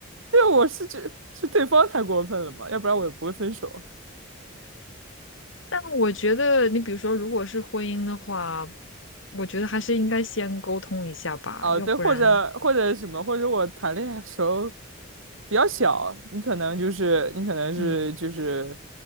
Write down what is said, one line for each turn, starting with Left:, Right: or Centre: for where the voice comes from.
Right: 对我是觉是对方太过分了嘛，要不然我也不会分手。
Left: 但我觉得，你比如说，如果是婚姻的话，我觉得还是应该先沟通一下吧，
Right: 哦，
Left: 要不然，
Right: 对，或者或者什么，或者我谈恋爱的时候比较小，你可能就是你可能是就是
Left: 嗯，